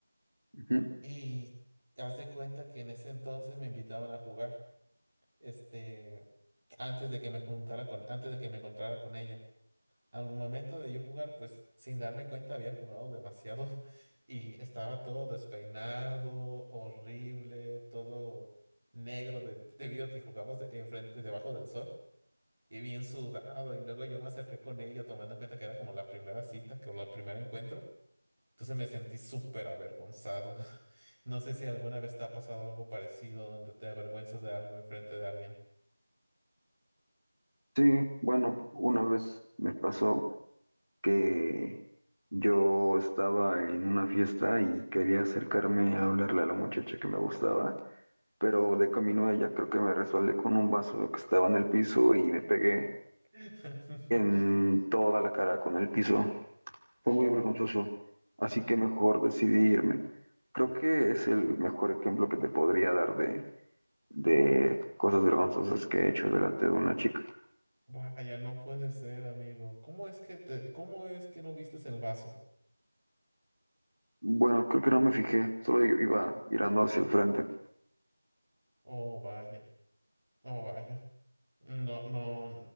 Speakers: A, on the right; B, on the right.
A: Ujú.
B: y haz de cuenta que en ese entonces me invitaban a jugar, este, antes de que me juntara con, antes de que me encontrara con ella. Al momento de yo jugar, pues sin darme cuenta había jugado demasiado <laughs> y estaba todo despeinado, horrible, todo negro de- debido a que jugamos de- enfrente, debajo del sol y bien sudado. Y luego yo me acerqué con ella tomando en cuenta que era como la primera cita, que o el primer encuentro. Entonces me sentí súper avergonzado. <laughs> No sé si alguna vez te ha pasado algo parecido donde te avergüenzas de algo enfrente de alguien.
A: Sí, bueno, una vez me pasó que yo estaba en una fiesta y quería acercarme a hablarle a la muchacha que me gustaba, pero de camino a ella creo que me resbalé con un vaso que estaba en el piso y me pegué
B: <laughs>
A: en toda la cara con el piso.
B: O
A: Fue muy vergonzoso, así que mejor decidí irme. Creo que es el mejor ejemplo que te podría dar de, de cosas vergonzosas que he hecho delante de una chica.
B: vaya, no puede ser, amigo. ¿Cómo es que te, cómo es que no vistes el vaso?
A: Bueno, creo que no me fijé, solo i- iba mirando hacia el frente.
B: Oh, vaya, oh, vaya. No, no,